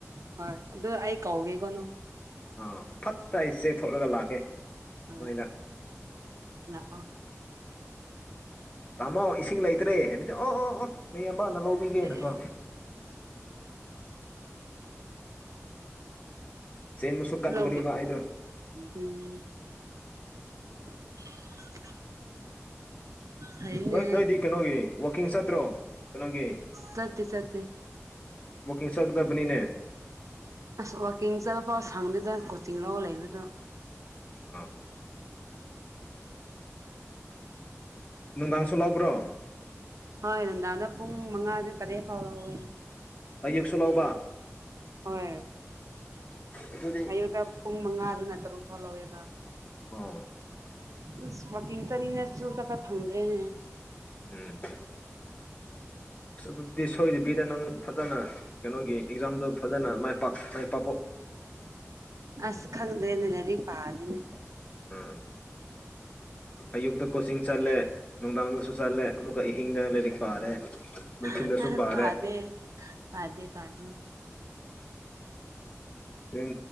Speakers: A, on the right; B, on the left.
A: ꯍ ꯑꯗꯨ ꯑ ꯀꯥꯎꯒꯦꯒꯣꯅ
B: ꯑꯥ ꯐꯠꯇ ꯑꯩꯁꯦ ꯊꯣꯛꯣꯠꯂꯒ ꯂꯥꯛꯀꯦ
A: ꯑ
B: ꯅꯣꯏꯗ
A: ꯍ
B: ꯇꯥꯃꯣ ꯏꯁꯤꯡ ꯂꯩꯇ꯭ꯔꯦ ꯍꯥꯏꯗꯤ ꯑꯣ ꯑꯣ ꯕꯥꯟꯅ ꯂꯕꯤꯒꯦꯅ
A: ꯑꯦ
B: ꯀ ꯆꯦꯟꯕꯁꯨ ꯀꯟꯕꯅꯦꯕ
A: ꯍ
B: ꯑꯩꯗꯣ
A: ꯎꯝ <unintelligible> ꯐꯩꯅꯦ
B: ꯅꯣꯏ ꯅꯣꯏꯗꯤ ꯀꯩꯅꯣꯒꯤ ꯋꯥꯋꯥꯛꯀꯤꯡ ꯆꯠꯇ꯭ꯔꯣ ꯀꯩꯅꯣꯒꯤ
A: ꯆꯠꯇꯦ ꯆꯠꯇꯦ
B: ꯎ ꯀꯤꯡ ꯁꯒꯗꯕꯅꯤꯅꯦ
A: ꯑꯁ ꯋꯥꯛꯀꯤꯡ ꯆꯠꯂꯄꯥꯎ ꯁꯪꯗꯗꯅ ꯀꯣꯆꯤꯡ ꯂꯧꯔ ꯂꯩꯕꯗꯣ
B: ꯑ ꯅꯨꯡꯗꯥꯥꯡꯁꯨꯣꯂꯕ꯭ꯔꯣ
A: ꯍꯣꯏ ꯅꯗꯥ ꯑꯗ ꯄꯨꯡ ꯃꯉꯥ ꯑꯗꯨ ꯇꯔꯦ ꯐꯥꯎꯕ ꯍꯦ
B: ꯑꯌꯨꯛꯁꯨ ꯂꯧꯕ
A: ꯍꯣꯏ
B: ꯑꯗꯨꯗꯤ
A: ꯑꯌꯨꯛꯇ ꯄꯨꯡ ꯃꯉꯥꯗ ꯅꯠꯇꯔꯨ ꯐ ꯂꯧꯋꯦꯗ
B: ꯑꯣ
A: ꯏꯁꯃꯣꯀꯤ ꯆꯅꯤꯅꯦꯁꯨ ꯇ ꯊꯪꯗ꯭ꯔꯦꯅꯦ
B: ꯎꯝ ꯑꯁ ꯑꯗꯨꯗꯤ ꯁꯣꯏꯗꯕꯤꯗ ꯅꯪ ꯐꯖꯅ ꯀꯩꯅꯣꯒꯤ ꯑꯦꯛꯖꯥꯝꯗꯨꯣ ꯐꯖꯅ ꯃꯥꯏ ꯄ ꯃꯥꯏ ꯄꯥꯛ
A: ꯑꯁ ꯈꯪꯗꯦꯅꯦ ꯂꯩꯔꯤ ꯄꯥꯗꯅꯦ
B: ꯎꯝ ꯑꯌꯨꯛꯗ ꯀꯣꯆꯤꯡꯤꯡ ꯆꯠꯂꯦ ꯅꯨꯡꯗꯥꯡꯗꯁꯨ ꯆꯠꯂꯦ ꯑꯃꯨꯛꯀ ꯑꯍꯤꯡꯗ ꯂꯥꯏꯔꯤꯛ ꯄꯥꯔꯦ ꯃꯅꯨꯡꯊꯤꯜꯗꯁꯨ
A: ꯑꯍ
B: ꯄꯥꯔꯦ
A: ꯄꯥꯗꯦ ꯄꯥꯗꯦ ꯄꯥꯗꯦ
B: ꯎꯦꯟ